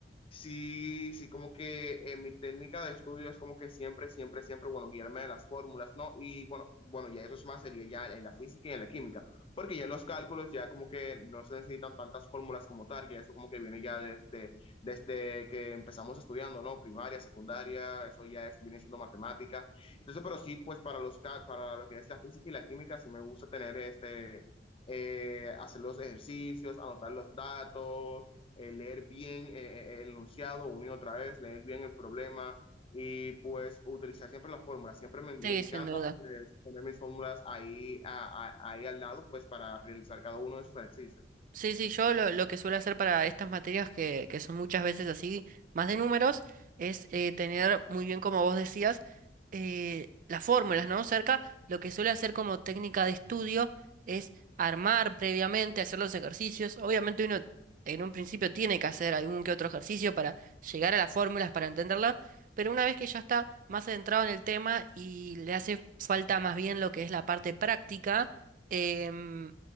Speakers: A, on the left; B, on the right.
A: Sí, sí, como que en mi técnica de estudio es como que siempre, siempre, siempre, bueno, guiarme de las fórmulas, ¿no? Y bueno, bueno, ya eso es más, sería ya en la física y en la química, porque ya en los cálculos ya como que no se necesitan tantas fórmulas como tal, y eso como que viene ya desde, desde que empezamos estudiando, ¿no? Primaria, secundaria, eso ya es, viene siendo matemática. Entonces, pero sí, pues para los, cal- para lo que es la física y la química, sí me gusta tener este, eh, hacer los ejercicios, anotar los datos eh, leer bien eh, eh, el enunciado una y otra vez, leer bien el problema y pues utilizar siempre las fórmulas. Siempre me, me
B: sí,
A: encanta
B: sin duda.
A: pues, poner mis fórmulas ahí, a- a- ahí al lado pues para realizar cada uno de esos ejercicios.
B: Sí, sí, yo lo, lo que suelo hacer para estas materias que, que son muchas veces así, más de números, es eh, tener muy bien, como vos decías, eh, las fórmulas, ¿no? Cerca, lo que suelo hacer como técnica de estudio es armar previamente, hacer los ejercicios. Obviamente uno en un principio tiene que hacer algún que otro ejercicio para llegar a las fórmulas, para entenderlas, pero una vez que ya está más adentrado en el tema y le hace falta más bien lo que es la parte práctica, em,